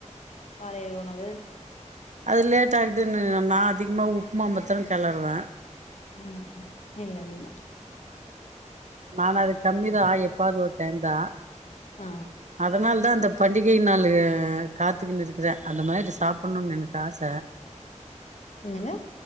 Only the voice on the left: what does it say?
காலை உணவு
ம் இல்ல இல்ல
அ
என்னங்க